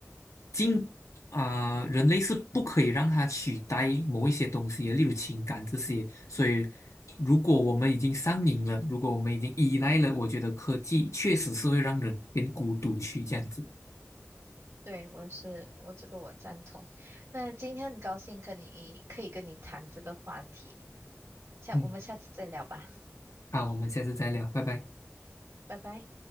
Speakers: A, on the left; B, on the right.
A: 进啊、人类是不可以让它取代某一些东西的，例如情感这些。所以，如果我们已经上瘾了，如果我们已经依赖了，我觉得科技确实是会让人变孤独去这样子。
B: 对，我是，我这个我赞同。那今天很高兴跟你可以跟你谈这个话题，下我们下次再聊吧，
A: 嗯，好，我们下次再聊，拜拜。
B: 拜拜。